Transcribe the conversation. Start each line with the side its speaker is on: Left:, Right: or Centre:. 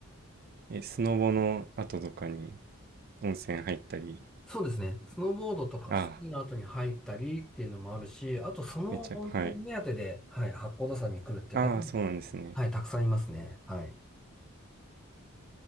Right: ー、えスノボの後とかに温泉入ったり
Centre: そうですね。スノーボードとかスキーの後に入ったりっていうのもあるし、
Right: ああー
Centre: あとその温泉目当てで、
Right: めっちゃはい
Centre: はい、八甲田山に来るっていう方も、
Right: ああーそうなんですね
Centre: はい、たくさんいますね。はい。